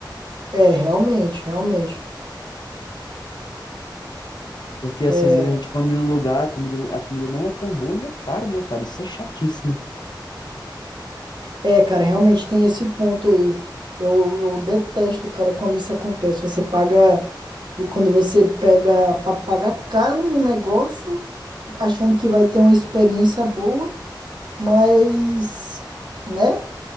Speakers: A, on the right; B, on the left.
A: é, realmente, realmente.
B: Porque,
A: É.
B: assim, às vezes a gente come num lugar, a comida, a comida não é tão boa e é caro, né, cara? Isso é chatíssimo.
A: É, cara, realmente tem esse ponto aí. Eu, eu detesto, cara, quando isso acontece. Você paga, quando você pega pra pagar caro num negócio, achando que vai ter uma experiência boa, mas, né?